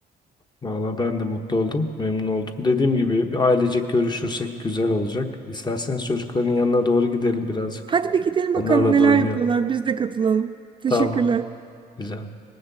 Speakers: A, on the left; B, on the right.
A: Valla ben de mutlu oldum. Memnun oldum. Dediğim gibi bir ailecek görüşürsek güzel olacak. İsterseniz çocukların yanına doğru gidelim birazcık.
B: Hadi bir gidelim
A: Onlarla
B: bakalım neler
A: da oynayalım.
B: yapıyorlar, biz de katılalım. Teşekkürler.
A: Tamam. Rica ederim.